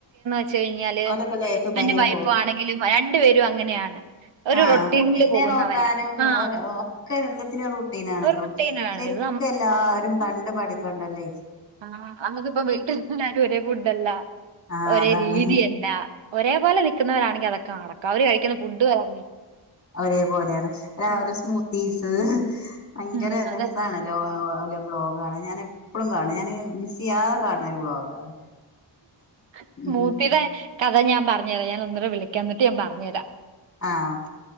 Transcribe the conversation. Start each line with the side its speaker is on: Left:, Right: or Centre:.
Right: ച്ച് കഴിഞ്ഞാല്
Left: ഓലൊക്കെ ലൈഫ്
Right: ഹസ്ബൻഡും
Left: ഭയങ്കര
Right: വൈഫും ആണെങ്കിലും രണ്ടു പേരും അങ്ങനെയാണ് ഒരു
Left: ആഹ
Right: റൊട്ടീനില്
Left: കുട്ടീനെ
Right: പോകുന്നവരാ
Left: നോക്കാനും
Right: ആ
Left: ഒക്കെ എല്ലത്തിനും റൂട്ടീനാണല്ലോ
Right: ഒരു റൊട്ടീനാണ്
Left: ശരി
Right: ഇത്
Left: എല്ലാരും കണ്ട് പഠിക്കണ്ടല്ലേ
Right: ആഹ നമ്മക്കിപ്പ വീട്ടിൽല്ലാരും ഒരേ ഫുഡല്ല
Left: ആഹ്
Right: ഒരേ
Left: അതാണ്
Right: രീതിയല്ല അല്ല ഒരേ പോലെ നിക്കുന്നവരാണങ്കി അതൊക്കെ നടക്ക അവര് കഴിക്കുന്ന ഫുഡ് വരെ
Left: ഒരേപോലെയാണ് രാവിലെ
Right: ഉം
Left: സ്മൂത്തീസ് ഭയങ്കര
Right: ഉം അതെ
Left: രസണല്ലോ ഓലെ ബ്ലോഗാണ് ഞാൻ എപ്പോളും കാണും ഞാന് മിസ് ചെയ്യാതെ കാണണ ഒരു ബ്ലോഗാണ്
Right: സ്മൂത്തിയുടെ
Left: ഉം
Right: കഥ ഞാൻ പറഞ്ഞു തരാം ഞാൻ ഒന്ന വിളിക്കാ എന്നിട്ട് ഞാൻ പറഞ് തരാം
Left: ആഹ ഓക്കെ